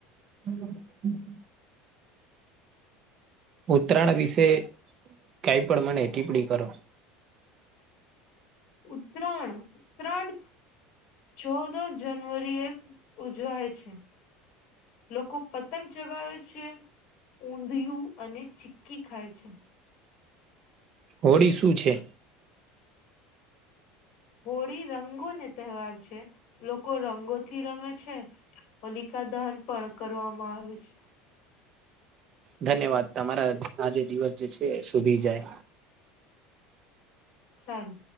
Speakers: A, on the right; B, on the left.
A: હમ ઉત્તરાયણ વિશે કાઈ પણ મને ટીપ્પડી કરો
B: ઉત્તરાયણ ઉત્તરાયણ. ચૌદ જનવરી એ ઉજવાય છે. લોકો પતંગ ચગાવે છે. ઊંધિયું અને ચીકી ખાય છે.
A: હોળી શું છે?
B: હોળી રંગોને તહેવાર છે, લોકો રંગોથી રમે છે. હોલિકા દહન પણ કરવામાં આવે છે.
A: ધન્યવાદ તમારા આજે દિવસ જે છે, શોભી જાય
B: સારુ.